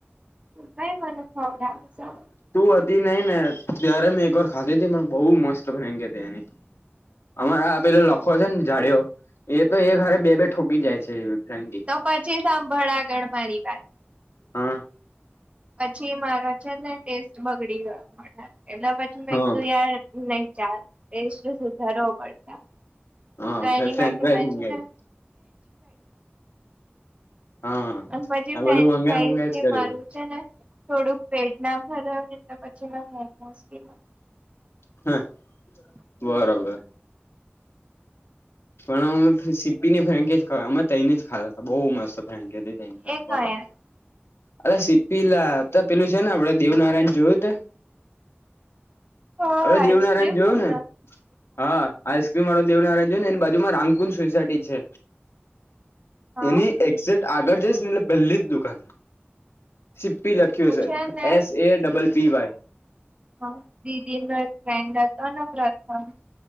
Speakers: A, on the right; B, on the left.
A: ભાઈ, મને ખવડાવે.
B: તું હતી નઈ ને, ત્યારે મેં એક વાર ખાધી તી, પણ બહુ મસ્ત ફેગ તની. અમારે આ પેલો લખો છે ને, જાડીઓ. એ તો એ હરે બે-બે ઠોકી જાય છે, ફી.
A: તો પછી સાંભળ આગળ મારી વાત.
B: હા.
A: પછી મારો છે ને, ટેસ્ટ બગડી ગયો, એટલે પછી મે
B: હા
A: એકું યાર. નહી ચાલ, એ શું સુધારવો પડશે.
B: હા
A: તો એની
B: ફ્રેન્ચ
A: માટે
B: ફ્રાઈઝ
A: મે છે
B: મંગાઈ
A: ને.
B: હા
A: અને પછી
B: આ
A: ફ્રેન્ચ
B: બધું મંગાઈ
A: ફ્રાઈઝ
B: મંગાઈ જ કર્યું
A: મારું છે ને. થોડુંક પેટ ના ભરાયને, તો પછી મેં મોમોસી મ.
B: હા,
A: મંગાઈ
B: બરોબર. પણ અમે સીપી ને ફન્કેજ અમે તને જ ખાતા હતા, બઉુ મસ્ત ફ્રેન્કે. પ
A: એ કયા
B: અરે સિપીલા તો પેલું છે ને, આપડે દેવનારાયણ જોયું.
A: તો
B: હવે
A: આઈસ્ક્રીમ
B: દેવનારાયણ જોયું
A: નું
B: ને, હા, આ. મા દેવનારાયણ જો ને, એની બાજુમાં રામકુંન સોસાયટી છે,
A: હા
B: એની એક્ઝેક્ટ આગળ જઈશ ને, એટલે પહેલી જ દુકાન. સીપ્પી લખ્યો
A: હું
B: છે,
A: ને
B: S A double P Y.
A: હા, દીદી ફ્રેન્ડ હતો, અને પ્રથમ